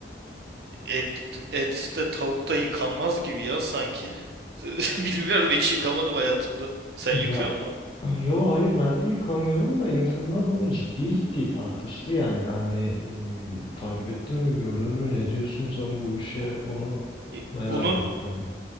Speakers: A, on the right; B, on the left.
A: et et de tavuk da yıkanmaz gibi ya sanki. <laughs> Bilmiyorum hiç yıkamadım hayatımda. Sen yıkıyor
B: Ya
A: mu?
B: yo hayır ben de yıkamıyorum da insanlar bunu ciddi ciddi tartıştı yani. Hani e, takip ettin mi gördün mü ne diyorsun sen bu işe onu
A: Y-
B: merak
A: Bunun
B: ettim.